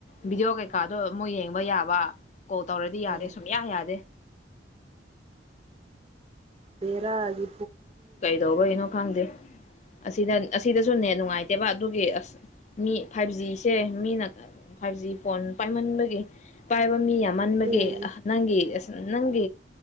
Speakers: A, on the left; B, on the right.
A: ꯚꯗꯤꯑꯣ ꯀꯩ ꯀꯩꯀꯥꯗꯣ ꯃꯣꯏ ꯌꯦꯡꯕ ꯌꯥꯕ ꯀꯣꯜ ꯇꯧꯔꯗꯤ ꯌꯥꯗꯦ
B: ꯎꯝ
A: ꯁꯨꯡꯌꯥ ꯌꯥꯗꯦ
B: ꯕꯦꯔꯒꯤ
A: ꯀꯩꯗꯧꯕ ꯏꯅ ꯈꯪꯗꯦ ꯑꯁꯤꯗ ꯑꯁꯤꯗꯁꯨꯅꯦꯦ ꯅꯨꯡꯉꯥꯏꯇꯦꯕ ꯑꯗꯨꯒꯤ ꯑꯁ ꯃꯤ ꯐꯥꯏꯚ ꯖꯤꯁꯦ ꯃꯤꯅ ꯐꯥꯏꯚ ꯖꯤ ꯐꯣꯟ ꯄꯥꯏꯃꯟꯕꯒꯤ ꯄꯥꯏꯕ ꯃꯤ ꯌꯥꯝ ꯃꯟꯃꯒ
B: ꯎꯝ
A: ꯑ ꯅꯪꯒꯤ ꯅꯪ